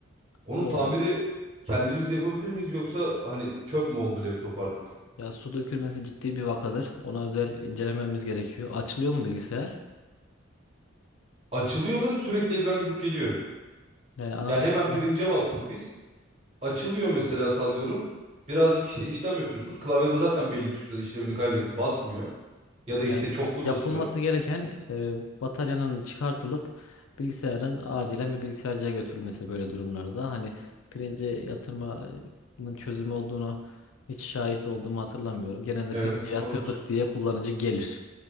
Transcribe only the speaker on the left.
O
Ya su dökülmesi ciddi bir vakadır. Ona özel incelememiz gerekiyor. Açılıyor mu bilgisayar?
Yani anakartta
yani
yapılması
gereken e, bataryanın çıkartılıp bilgisayarın acilen bir bilgisayarcıya götürülmesi böyle durumlarda. Hani pirince yatırmanın çözümü olduğunu hiç şahit olduğumu hatırlamıyorum. Genelde
pirince
yatırdık
diye kullanıcı gelir.